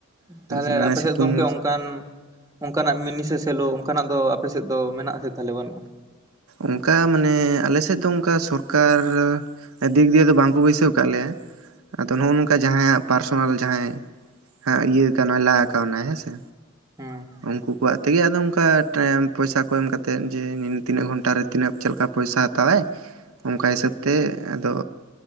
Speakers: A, on the right (about 15°); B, on the right (about 70°).
A: ᱛᱟᱦᱚᱞᱮ
B: ᱢᱟᱱᱮ
A: ᱟᱯᱮ
B: ᱥᱤᱛᱩᱝ
A: ᱥᱮᱫ ᱜᱚᱢᱠᱮ <unintelligible> ᱠᱟᱱ ᱚᱱᱠᱟᱱ ᱚᱱᱠᱟᱱᱟᱜ ᱢᱤᱱᱤᱥᱮ ᱥᱮᱞᱚ ᱚᱱᱠᱟᱱᱟᱜ ᱫᱚ ᱟᱯᱮᱥᱮᱫ ᱫᱚ ᱢᱮᱱᱟᱜᱼᱟ ᱥᱮ ᱛᱟᱦᱚᱞᱮ ᱵᱟᱹᱱᱩᱜᱼᱟ?
B: ᱚᱱᱠᱟ ᱢᱟᱱᱮ ᱟᱞᱮ ᱥᱮᱫ ᱫᱚ ᱚᱱᱠᱟ ᱥᱚᱨᱠᱟᱨ ᱫᱤᱠ ᱫᱤᱭᱮ ᱫᱚ ᱵᱟᱝᱠᱚ ᱵᱟᱹᱭᱥᱟᱹᱣ ᱟᱠᱟᱫ ᱞᱮᱭᱟ, ᱟᱫᱚ ᱱᱚᱜᱼᱚ ᱱᱚᱝᱠᱟ ᱚᱱᱠᱟ ᱡᱟᱦᱟᱸᱭᱟᱜ ᱯᱟᱨᱥᱚᱱᱟᱞ ᱡᱟᱦᱟᱸᱭ ᱤᱭᱟᱹ ᱠᱟᱱᱟᱭ ᱞᱟ ᱠᱟᱣᱱᱟᱭ ᱦᱮᱸ ᱥᱮ,
A: ᱦᱮᱸ
B: ᱩᱱᱠᱩᱣᱟᱜ ᱛᱮᱜᱮ ᱟᱫᱚ ᱚᱱᱠᱟ ᱯᱚᱭᱥᱟ ᱠᱚ ᱮᱢ ᱠᱟᱛᱮᱜ ᱡᱮ, ᱛᱤᱱᱟᱹᱜ ᱜᱷᱚᱱᱴᱟᱮ ᱛᱤᱱᱟᱹᱜ ᱪᱮᱫᱠᱟ ᱯᱚᱭᱥᱟ ᱦᱟᱛᱟᱣᱟᱭ᱾
A: <inaudible>
B: ᱚᱱᱠᱟ ᱦᱤᱥᱟᱹᱵᱽ ᱛᱮ ᱟᱫᱚ